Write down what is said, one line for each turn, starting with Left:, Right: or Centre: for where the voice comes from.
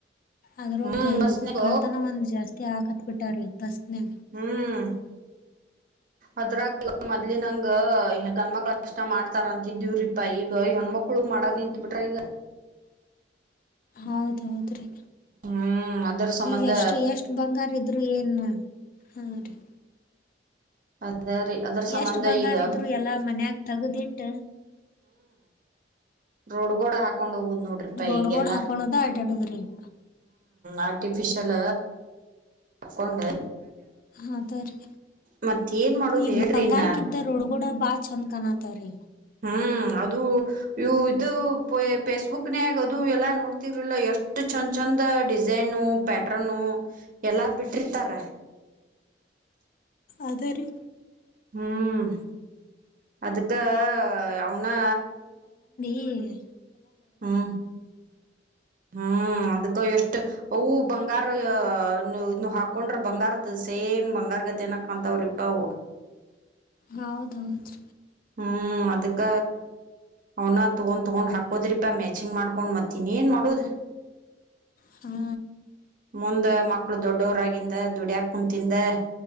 Left: ಅದ್ರ
Right: ಹ್ಮ್
Left: ಕ
Right: ಬಸ್ನಾಗ
Left: ಈಗ ಕಾತನ ಒಂದ್ ಜಾಸ್ತಿ ಆಾಕತ್ ಬಿಟ್ಟಾರ ರೀ ಬಸ್ ಹ
Right: ಹ್ಮ್ ಅದ್ರಾಗ ಈಗ ಮೊದ್ಲಿಿನಂಗ ಗಣ್ಮಕ್ಳ ಕಷ್ಟ ಮಾಡ್ತಾರಂತಿದ್ದೀವ್ರೀಪಾ ಈಗ ಹೆಣ್ಮಕ್ಳು ಮಾಡಕ್ ನಿಂತತ್ ಬಿಟ್ರ ಈಗ
Left: ಹೌದೌದ್ರಿ
Right: ಹ್ಮ್ ಅದರ ಸಂಬಂಧ
Left: ಈಗ ಎಷ್ಟು ಎಷ್ಟ್ ಬಂಗಾರ ಇದ್ರು ಏನ್ ಹಾ ರೀ
Right: ಅದರಿ ಅದರ ಸಂಬಂಧ
Left: ಎಷ್ಟ್ ಬಂಗಾರ
Right: ಈಗ
Left: ಇದ್ರು ಎಲ್ಲಾ ಮನ್ಯಾಗ ತಗ್ದಿಟ್ಟ
Right: ರೋಡ್ ಗೋಡ ಹ ನೋ ಹ್ಮ
Left: ರೋಡ್ಗೋಡ್ ಹಾಕೊಳೋದ ಅಡ್ಯಾಡೋದ್ರಿ ಈಗ.
Right: ಆ ಚಲ ಹಕೊಂಡು
Left: ಹದರಿರಿ
Right: ಮತ್ ಏನ್ ಮಾಡೋದು
Left: ಈ
Right: ಹೇಳ್ರಿ
Left: ಬಂಗಾರಗಿಂತ
Right: ಇನ್ನ
Left: ರೋಡ್ ಕೂಡ ಬಾ ಚಂದ್ ಕನತ್ವರಿೀ
Right: ಹ್ಮ್ ಅದು ಇವು ಇದು ಫೇಸ್ಬುಕ್ನ್ಯಾಗ ಅದು ಎಲ್ಲಾ ನೋಡ್ತಿವ್ರಿಲ್ಲ ಎಷ್ಟು ಚಂದ ಚಂದ ಡಿಸೈನು ಪ್ಯಾ ಎಲ್ಲಾ ಬಿಟ್ಟಿರ್ತರ
Left: ಅದೇ ರೀ
Right: ಹ್ಮ್ ಅದು ಇತ್ತ ಅವನಾ
Left: ಹ್ಮ್
Right: ಹ್ಮ್ ಹ್ಮ್ ಅದ್ಕ್ಕ ಎಷ್ಟು ಅವು ಬಂಗ ಬಂಗಾರ ಇ ಹಾಕೊಂಡ್ರ ಬಂಗಾರದ ಸೇಮ್ ಬಂಗಾರ ಗತೆ ಏನ ಕನಾತಾವ್ರಿಪ್ಪ ಅವು
Left: ಹೌದೌದ್ರೀ
Right: ಹ್ಮ್ ಅದಕ್ಕ ಅವನ ತಗೊಂಡ್ ತೊಗೊಂಡ್ ಹಾಕೋದ್ರಿಪಾ ಮ್ಯಾಚಿಂಗ್ ಮಾಡ್ಕೊಂಡ್ ಮತ್ತನ ಇನ್ನೇ ಏನ್ ಮಾಡುದ
Left: ಹ್ಮ
Right: ಮುಂದ ಮಕ್ಳು ದೊಡ್ಡವರಗಿಂದ ದುಡ್ಯಾಕ ಕುಂತಿಂದ